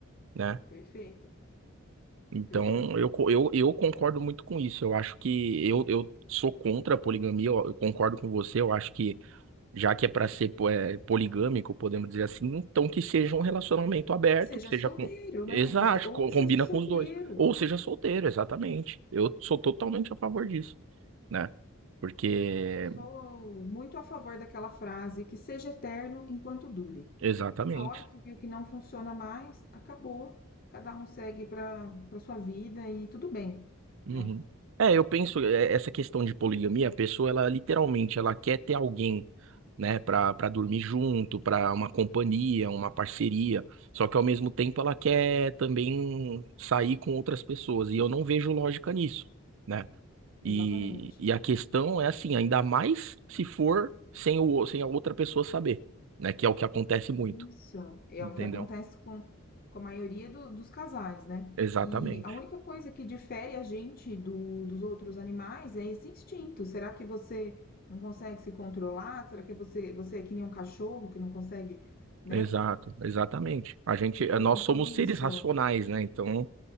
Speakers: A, on the right (about 65°); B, on the left (about 40°).
A: né?
B: Perfeito,
A: Então,
B: perfeito.
A: eu, co- eu, eu concordo muito com isso. Eu acho que eu, eu sou contra a poligamia, eu eu concordo com você, eu acho que já que é para ser po- é, poligâmico, podemos dizer assim, então que seja um relacionamento aberto,
B: Que seja
A: que seja
B: solteiro,
A: com. Exato,
B: né? Que se- Ou
A: co-
B: que
A: combina
B: seja solteiro.
A: com os dois. Ou seja solteiro, exatamente. Eu sou totalmente a favor disso, né? Porque.
B: Sou muito a favor daquela frase, que seja eterno enquanto dure.
A: Exatamente.
B: A hora que viu que não funciona mais, acabou. Cada um segue para para sua vida e tudo bem,
A: Uhum.
B: né?
A: É, eu penso, é, essa questão de poligamia, a pessoa, ela literalmente, ela quer ter alguém. né, para para dormir junto, para uma companhia, uma parceria. Só que ao mesmo tempo ela quer também sair com outras pessoas e eu não vejo lógica nisso, né? E,
B: Exatamente.
A: e a questão é assim, ainda mais se for sem o sem a outra pessoa saber, né, que é o que acontece muito,
B: Isso, é
A: entendeu?
B: o que acontece com, com a maioria do- dos casais, né?
A: Exatamente.
B: E a única coisa que difere a gente do- dos outros animais é esse instinto. Será que você não consegue se controlar? Será que você, você é que nem um cachorro que não consegue, né,
A: Exato, exatamente. A gente,
B: ter aquele
A: nós
B: compromisso?
A: somos seres racionais, né? Então,